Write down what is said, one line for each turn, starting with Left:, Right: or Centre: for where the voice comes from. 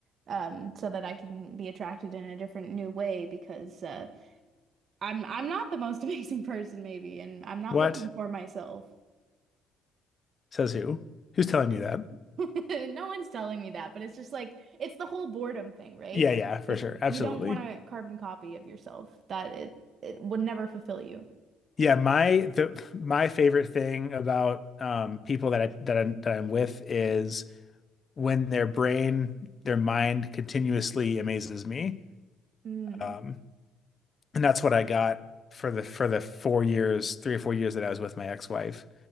Right: um, so that I can be attracted in a different new way because uh, I'm I'm not the most <laughs> amazing person, maybe, and I'm not
Left: What?
Right: looking for myself.
Left: Says who? Who's telling you that?
Right: <laughs> No one's telling me that, but it's just like it's the whole boredom thing, right?
Left: Yeah, yeah, for
Right: Like
Left: sure. Absolutely.
Right: you don't want a carbon copy of yourself that it it would never fulfill you.
Left: Yeah, my the my favorite thing about um people that I that I'm that I'm with is when their brain, their mind continuously amazes me.
Right: Mm,
Left: Um, and that's what I got for the for the four years, three or four years that I was with my ex-wife.